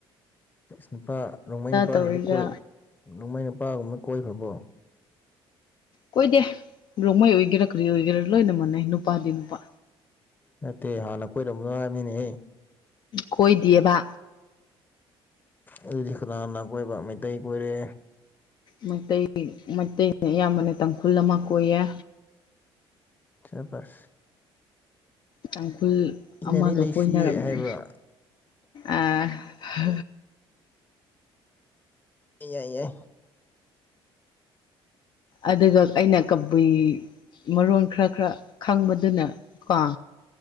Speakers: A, on the left; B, on the left.
A: ꯅꯨꯄꯥ ꯔꯣꯡꯃꯩ ꯅꯨꯄꯥꯁꯤꯡꯗꯤ
B: ꯇꯧꯋꯦꯒ
A: ꯀꯣꯏ ꯔꯣꯡꯃꯩ ꯅꯨꯄꯥꯒꯨꯝꯕ ꯀꯣꯏ ꯈ꯭ꯔꯕꯣ
B: ꯀꯣꯏꯗꯦ ꯔꯣꯡꯃꯩ ꯑꯣꯏꯒꯦꯔ ꯀꯔꯤ ꯑꯣꯏꯒꯦꯔ ꯂꯣꯏꯅ ꯃꯥꯟꯅꯩ ꯅꯨꯄꯥꯗꯤ ꯅꯨꯄꯥ
A: ꯅꯠꯇꯦ ꯍꯥꯟꯅ ꯀꯣꯏꯔꯝꯕꯔ ꯍꯥꯏꯕ꯭ꯔꯅꯤꯅꯦꯍ
B: ꯀꯣꯏ ꯗꯤꯌꯦꯕ
A: ꯑꯗꯨꯗꯤ ꯀꯥꯅꯥ ꯀꯥꯅ ꯀꯣꯏꯕ ꯃꯩꯇꯩ ꯀꯣꯏꯔꯦ
B: ꯃꯩꯇꯩ ꯃꯩꯇꯩꯅ ꯑꯌꯥꯝꯕꯅ ꯇꯥꯡꯈꯨꯜ ꯑꯃ ꯀꯣꯏꯌꯦ
A: ꯁꯕꯥꯁ
B: ꯇꯥꯡꯈꯨꯜ
A: ꯏꯟꯅꯅꯤ
B: ꯑꯃꯒ
A: ꯂꯩꯁꯤꯌꯦ
B: ꯀꯣꯏꯅꯔꯝꯃꯦ
A: ꯍꯥꯏꯕ꯭ꯔꯥ
B: ꯑ ꯍ
A: ꯌꯥꯏ ꯌꯥꯏ
B: ꯑꯗꯨꯒ ꯑꯩꯅ ꯀꯕꯨꯏ ꯃꯔꯣꯟ ꯈꯔ ꯈꯔ ꯈꯪꯕꯗꯨꯅ ꯀꯣ